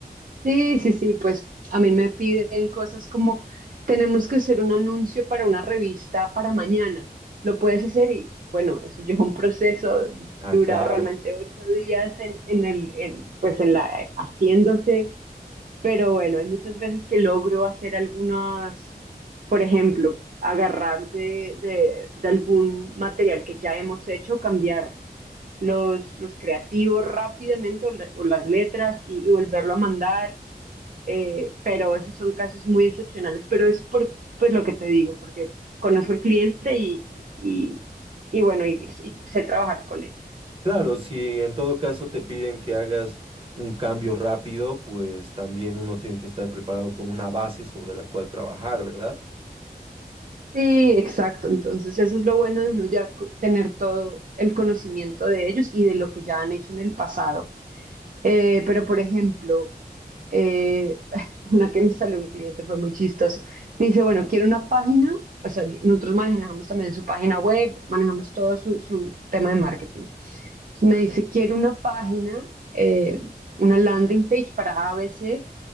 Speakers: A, on the right (about 55°); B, on the right (about 35°).
A: Sí, sí, sí, pues a mí me piden cosas como tenemos que hacer un anuncio para una revista para mañana. ¿Lo puedes hacer? Y bueno, eso <laughs> lleva un proceso,
B: Ah,
A: dura
B: claro.
A: realmente ocho días en, en el, en, pues en la, eh, haciéndose, pero bueno, hay muchas veces que logro hacer algunas, por ejemplo, agarrar de, de, de algún material que ya hemos hecho, cambiar los, los creativos rápidamente o, la- o las letras y y volverlo a mandar eh, pero esos son casos muy excepcionales, pero es por pues lo que te digo, porque conozco el cliente y, y, y bueno, y, y sé trabajar con él.
B: Claro, si en todo caso te piden que hagas un cambio rápido, pues también uno tiene que estar preparado con una base sobre la cual trabajar, ¿verdad?
A: Sí, exacto. Entonces, eso es lo bueno de uno ya co- tener todo el conocimiento de ellos y de lo que ya han hecho en el pasado. Eh, pero, por ejemplo, eh, <laughs> una que me salió un cliente fue muy chistoso. Me dice, bueno, quiero una página. O sea, yo- nosotros manejamos también su página web, manejamos todo su, su tema de marketing. Entonces me dice, quiero una página, eh, una landing page para A B C